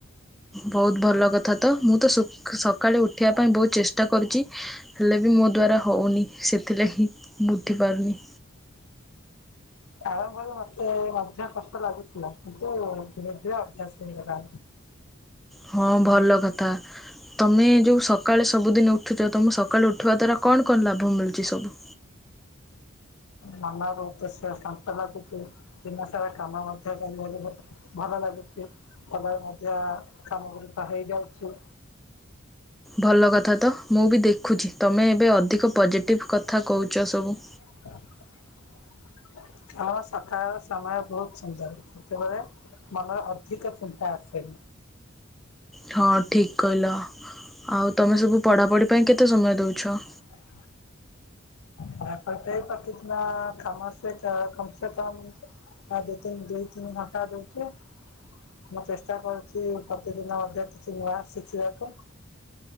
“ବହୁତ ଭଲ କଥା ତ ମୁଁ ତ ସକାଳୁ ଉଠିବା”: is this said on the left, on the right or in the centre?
Centre